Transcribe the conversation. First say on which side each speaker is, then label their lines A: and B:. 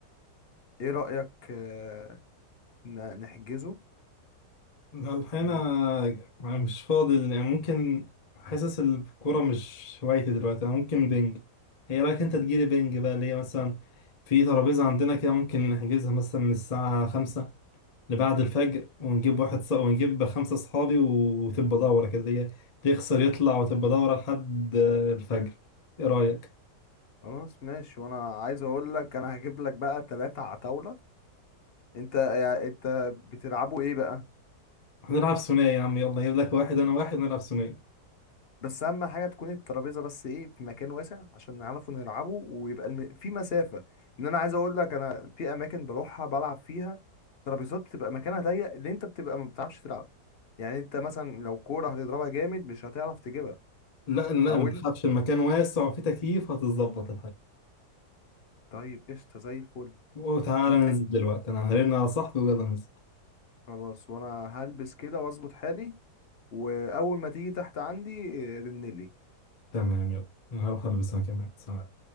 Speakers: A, on the left (about 50°); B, on the left (about 75°).
A: ايه رأيك آه، ن- نحجزه
B: لا، الحقيقة أنا
A: ون-
B: أنا مش فاضي يعني ممكن حاسس الكورة مش هوايتي دلوقتي أنا ممكن بينج هي رأيك أنت تجيلي بينج بقى اللي هي مثلا في ترابيزة عندنا كده ممكن نحجزها مثلا من الساعة خمسة لبعد الفجر ونجيب واحد ص... ونجيب خمسة صحابي وتبقى دورة كده اللي هي تخسر يطلع وتبقى دورة لحد آه، الفجر إيه رأيك؟
A: خلاص ماشي وانا عايز اقول لك انا هجيب لك بقى ثلاثة على طاولة انت يعني انت بتلعبوا ايه بقى
B: هنلعب ثنائي يا عم يلا أجيب لك واحد أنا واحد نلعب ثنائي
A: بس اهم حاجة تكون الترابيزة بس ايه في مكان واسع عشان نعرفوا نلعبه ويبقى الم... في مسافة ان انا عايز اقول لك انا في اماكن بروحها بلعب فيها ترابيزات بتبقى مكانها ضيق اللي انت بتبقى ما بتعرفش تلعب يعني انت مثلا لو كورة هتضربها جامد مش هتعرف تجيبها
B: لا لا
A: او
B: ما تخافش المكان واسع وفيه تكييف هتتظبط
A: طيب قشطة زي الفل
B: وتعالى
A: انت
B: ننزل دلوقتي انا هرن على صاحبي ويلا ننزل
A: خلاص وانا هلبس كده واظبط حالي واول ما تيجي تحت عندي آه، رنلي
B: تمام يلا أنا هروح البس انا كمان سلام.